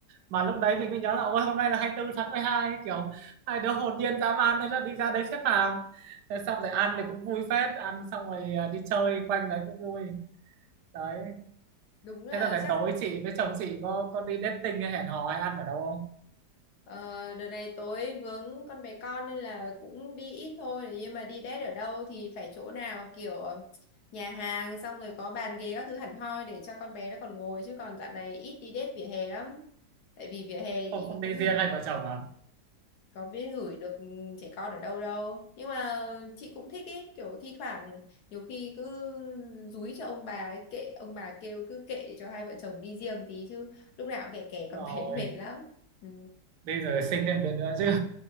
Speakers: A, on the right; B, on the left.
A: Mà lúc đấy mình mới nhớ là ôi hôm nay là 24 tháng mười hai Kiểu hai đứa hồn nhiên dã man thế là đi ra đấy xếp hàng Thế xong rồi ăn thì cũng vui phết Ăn xong rồi ờ, đi chơi quanh đấy cũng vui Đấy,
B: đúng là
A: thế là này
B: chắc
A: tối chị với chồng chị có có đi dating hay hẹn hò hay ăn ở đâu không?
B: Ờ, đợt này tối vướng con bé con nên là cũng đi ít thôi nhưng mà đi date ở đâu thì phải chỗ nào kiểu ờ, nhà hàng xong rồi có bàn ghế các thứ hẳn hoi để cho con bé nó còn ngồi chứ còn dạo này ít đi date vỉa hè lắm tại vì vỉa hè
A: không
B: thì
A: không đi
B: cũng
A: riêng hay vợ chồng à
B: có biết gửi được trẻ con ở đâu đâu nhưng mà chị cũng thích ý kiểu thi thoảng nhiều khi cứ dúi cho ông bà ấy, kệ ông bà kêu cứ kệ để cho hai vợ chồng đi riêng tí chứ lúc nào cũng kẻ kẻ
A: đúng
B: con
A: rồi
B: bé <laughs> mệt lắm ừ.
A: đi rồi sinh thêm đứa nữa chứ